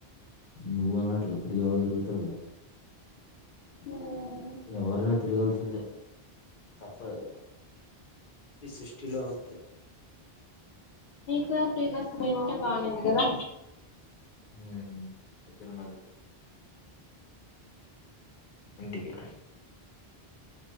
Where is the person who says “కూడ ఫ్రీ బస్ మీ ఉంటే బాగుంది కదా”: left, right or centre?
Left